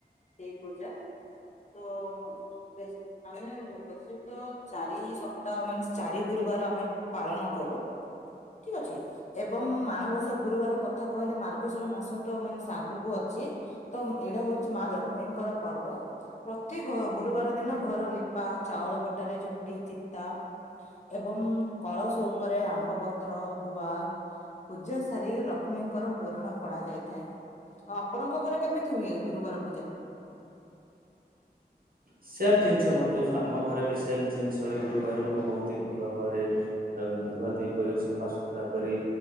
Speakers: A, on the left (about 45°); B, on the right (about 60°).
A: ସେଇ ପୂଜା ତ ବେଶ୍ ଆମେ ବ ବେଶିତ ଚାରି ସପ୍ତାହ ମାନେ ଚାରି ଗୁରୁବାର ଆମେ ପାଳନ କରୁ। ଠିକଅଛି। ଏବଂ ମାଣବସା ଗୁରୁବାର କଥା କହିଲେ ମାର୍ଗଶିର ମାସ ତ ମାନେ ସେ ଆଗକୁ ଅଛି ତ ଏ ଏଇଟା ହୋଉଚି ମା ଲକ୍ଷ୍ମୀଙ୍କର ପର୍ବ। ପ୍ରତି ଘ ଗୁରୁବାର ଦିନ ଘର ଲିପା ଚାଉଳ ବଟାରେ ଝୋଟି ଚିତା ଏବମ୍ କଳସ ଉପରେ ଆମ୍ବପତ୍ର, ଗୁଆ ପୂଜା ସାରିକି ଲକ୍ଷ୍ମୀଙ୍କର ପୁରାଣ ପଡାଯାଇଥାଏ। ଆଉ ଆପଣଙ୍କ ଘରେ କେମିତି ହୁଏ ଗୁରୁବାର ପୂଜା?
B: ସେମ ଜିନିଷ ବନ୍ଧୁ ସ ଆମ ଘରେ ବି ସେମ ଜିନିଷ ବି ଗୁରୁବାରକୁ ବୋହୁତ ଭଲ ଭାବରେ ଏ ଧୁଆ ଧୁଇ କରି, ସଫାସୁତୁରା କରି,